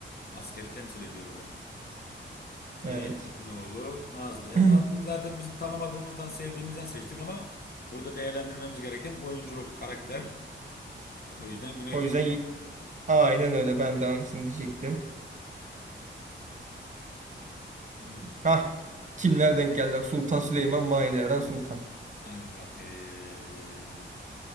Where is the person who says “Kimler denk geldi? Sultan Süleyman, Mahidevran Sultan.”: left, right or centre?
Right